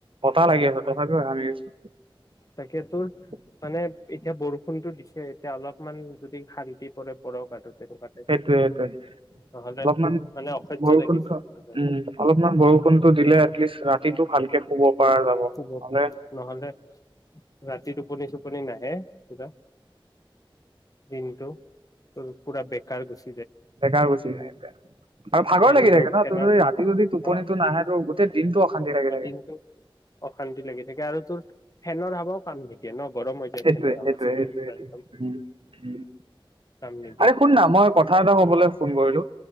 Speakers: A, on the right (about 70°); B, on the left (about 40°).
A: বতাহ লাগি
B: অ
A: আছে তথাপিও ঘামি গৈছো
B: তাকে তোৰ মানে এতিয়া বৰ ফোনটো দিছে এতিয়া অলপমান যদি শান্তি পৰে পৰক আৰু তেনেকুৱাতে
A: সেইটোয়ে সেইটোয়ে
B: নহলে
A: অলপমান
B: মানে অসহ্য
A: বৰষুণ
B: লাগি গৈছে তোৰ কাৰণে।
A: উম অলপমান বৰষুণতটো দিলে এটলিষ্ট ৰা ৰাতিটো ভালকে শুব পৰা যাব।
B: শুব পাৰে
A: নহ'লে
B: নহলে ৰাতি টোপনি চোপনি নাহে কিবা দিনটো পুৰা বেকাৰ গুচ
A: বেকাৰ গুচি যায় আৰু ভাগৰ
B: ফেনৰ
A: লাগি থাকে ন
B: ফেনৰ
A: তোৰ যদি ৰাতি যদি টোপনিটো
B: অ
A: নাহে তো গোটেই দিনতটো অশান্তি লাগি
B: অ
A: থাকে
B: দিনটো অশান্তি লাগি থাকে আৰু তোৰ ফেনৰত হাবৰ কাম নিদিয়ে ন গৰম হৈ যায়
A: সেইটোয়ে
B: ফেনৰ হাৱা
A: সেইটোয়ে
B: চাবা
A: সেইটোয়ে,
B: পুৰা একদম
A: ও'ও',
B: কাম নিদিয়ে
A: আৰে শুন না মই কথা এটা ক'বলৈ ফোন কৰিলো,